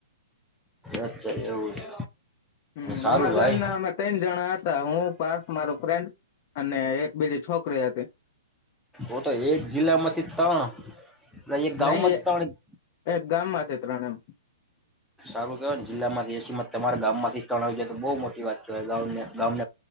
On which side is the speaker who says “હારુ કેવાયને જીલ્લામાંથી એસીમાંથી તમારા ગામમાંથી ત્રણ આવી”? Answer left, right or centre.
Centre